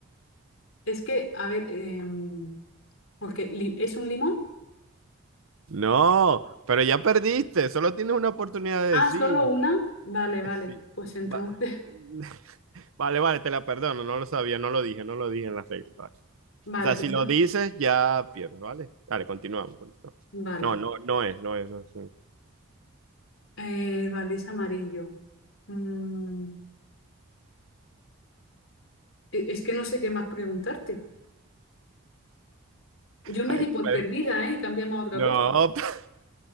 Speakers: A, on the left (about 65°); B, on the right (about 70°).
A: es que, a ver, em, porque li- ¿es un limón?
B: No, pero ya perdiste, solo tienes una oportunidad de
A: Ah,
B: decir.
A: solo una. Vale, vale,
B: Sí,
A: pues entonces,
B: va-
A: <laughs>
B: <laughs> vale, vale, te la perdono, no lo sabía, no lo dije, no lo dije en las reglas, vale.
A: vale,
B: O sea,
A: pues
B: si
A: entonces-
B: lo dices, ya pierdes, ¿vale? Dale, continuamos, continuamos.
A: vale.
B: No, no, no es, no es, no es.
A: Eh, vale, es amarillo. Mm, e- es que no sé qué más preguntarte. Yo me
B: Ahí
A: di por
B: puede-
A: perdida, ¿eh? Y cambiamos a otra
B: no,
A: cosa.
B: <laughs>